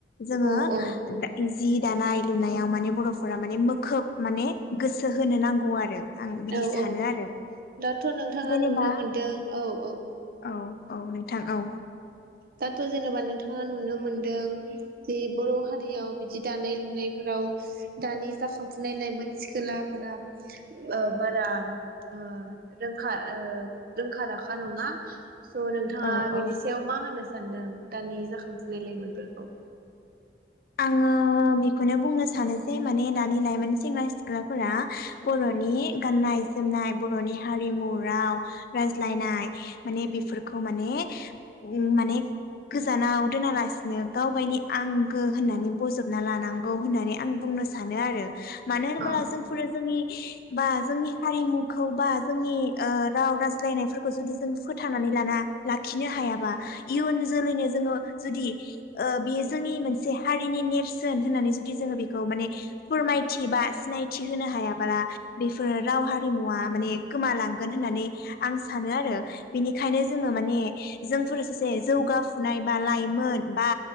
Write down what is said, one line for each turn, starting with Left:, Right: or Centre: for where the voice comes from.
Left: जोङो
Right: औ औ
Left: जि दानाय लुनायाव माने बर'फोरा माने मोखोब माने गोसो होनो नांगौ आरो। आं बिदि
Right: औ
Left: सानो
Right: औ
Left: आरो
Right: दाथ' नोंथाङा
Left: जेनेबा
Right: नुनो मोनदों औ औ।
Left: औ औ नोंथां औ।
Right: दाथ' जेनेबा नोंथाङा नुनो मोनदों जे बर' हारियाव बिदि दानाय लुनायफोराव दानि जाखांफुनाय लाइमोन सिखोलाफोरा ओ बारा ओ रोंखा ओ रोंखा राखा नङा। स' नोंथाङा
Left: औ
Right: बेनिसा
Left: औ
Right: मा होनो सानदों दानि जाखांफुनाय लाेमोनफोरखौ?
Left: आङो बेखौनो बुंनो सानो जे माने दानि लाइमोन सेंग्रा सिख्लाफोरा बर'नि गाननाय जोमनाय बर'नि हारिमु राव रायज्लायनाय माने बेफोरखौ माने माने गोजानाव दोनालासिनो गावगायनि आं गो होननानै बजबना लानांगौ होननानै आं बुंनो सानो आरो। मानो होनोब्ला
Right: औ
Left: जोंफोरो जोंनि बा जोंनि हारिमुखौ बा जोंनि ओ राव रायज्लायनायफोरखौ जुदि जों फोथांनानै लाना लाखिनो हायाबा इयुन जोलैनो जोङो जुदि ओ बेयो जोंनि मोनसे से हारिनि नेरसोन होननानै जुदि जोङो बेखौ माने फोरमायथि बा सिनायथि होनो हायाबाला बेफोरो राव हारिमुवा माने गोमालांगोन होननानै आं सानो आरो बेनिखायनो जोङो माने जोंफोर सासे जौगाफुनाय बा लाइमोन बा